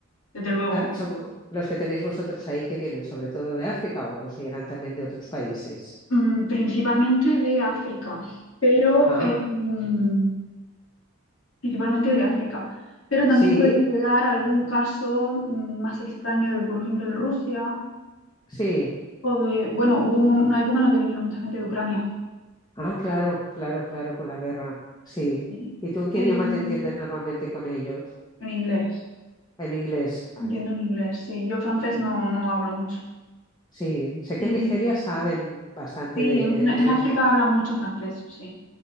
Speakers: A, on the left; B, on the left.
A: desde luego.
B: Ah, son los que tenéis vosotros ahí que vienen sobre todo de África o os llegan también de otros países.
A: Mm, principalmente de África, pero
B: Ah,
A: eh, mm, principalmente de África. Pero también
B: sí,
A: puede llegar algún caso mm, más extraño de, por ejemplo, de Rusia
B: sí.
A: o de, bueno, hubo un mo- una época en la que vinieron mucha gente de Ucrania.
B: Ah, claro, claro, claro, con la guerra. Sí.
A: Eh,
B: ¿Y tú en qué
A: en
B: idioma te entiendes normalmente con ellos?
A: inglés,
B: En inglés, vale.
A: entiendo en inglés. Sí, yo francés no, no hablo mucho.
B: Sí, sé
A: Eh,
B: que en Nigeria saben bastante
A: Sí,
B: de,
A: en,
B: de
A: en
B: inglés.
A: África hablan mucho francés, sí.